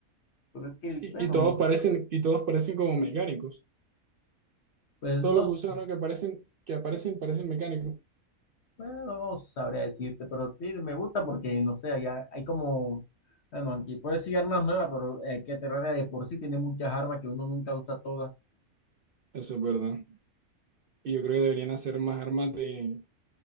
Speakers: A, on the left; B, on the right.
A: Pero es que,
B: Y,
A: bueno,
B: y todos parecen, y todos parecen como mecánicos.
A: pues
B: Todos
A: no,
B: los gusanos
A: s-
B: que aparecen, que aparecen, parecen mecánicos.
A: bueno, no sabría decirte, pero sí me gusta porque, no sé, hay, hay como, bueno, aquí puedo decir armas nuevas, pero eh, que Terraria de por sí tiene muchas armas que uno nunca usa todas.
B: Eso es verdad. Y yo creo que deberían hacer más armas de,